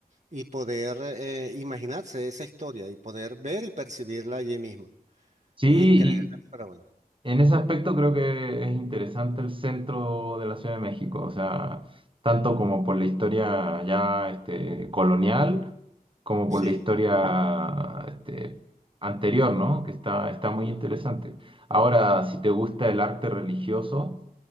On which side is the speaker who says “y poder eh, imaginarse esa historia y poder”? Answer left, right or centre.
Right